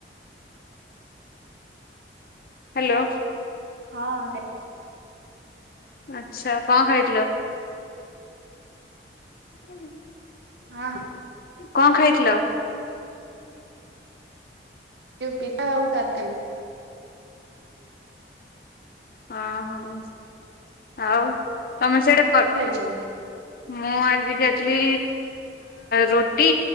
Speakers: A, on the left; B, on the right.
A: ହ୍ୟାଲୋ।
B: ହଁ।
A: ଆଚ୍ଛା। କଣ ଖାଇଥିଲ? ହୁଁ।
B: ହଁ।
A: କଣ ଖାଇଥିଲ?
B: ପିଠା ଆଉ ତରକାରୀ।
A: ହଁ, ହଉ। ଆଉ ତମେ ସେଇଠି,
B: ଖାଇଚ।
A: ମୁଁ ଆଜି ଖାଇଥିଲି ରୁଟି